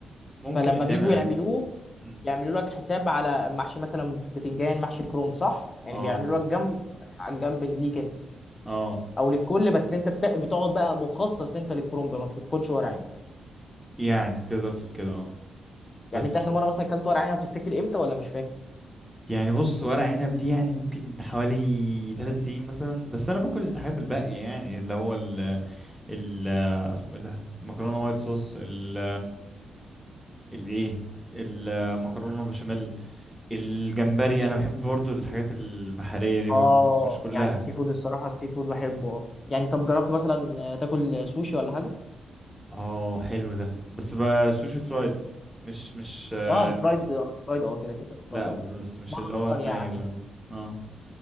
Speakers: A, in the centre; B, on the left (about 35°).
A: ممكن
B: فلما
A: يتعمل
B: بيجوا
A: عادي
B: يعملوه
A: مم.
B: يعملوا لك حساب على محشي مثلا بتنجان محشي كرنب صح يعني
A: اه
B: بيعملوا لك جنب على الجنب ليك انت.
A: اه
B: او للكل بس انت بت- بتقعد بقى مخصص انت للكرنب ما بتاكلش ورق عنب
A: يعني تقدر تقول كده اه
B: يعني
A: بس
B: انت اخر مره مثلا اكلت ورق عنب بتفتكر امتى ولا مش فاكر
A: يعني بص ورق عنب دي يعني ممكن حوالي ثلاث سنين مثلا بس انا باكل الحاجات الباقية يعني اللي هو ال ال اسمه ايه ده المكرونة وايت صوص ال الايه المكرونة بشاميل الجمبري انا بحب برضو الحاجات البحرية دي برضو
B: اه
A: بس مش كلها
B: يعني السي فود الصراحه السي فود بحبه اه يعني طب جربت مثلا آه، تاكل سوشي ولا حاجه
A: اه حلو ده بس بقى سوشي فرايد مش مش آه
B: اه الفرايد آه، الفرايد اه كده كده الفرايد
A: لا
B: اه
A: بس مش
B: مره
A: اللي
B: اصلا
A: هو الني
B: يعني
A: بقى ده اه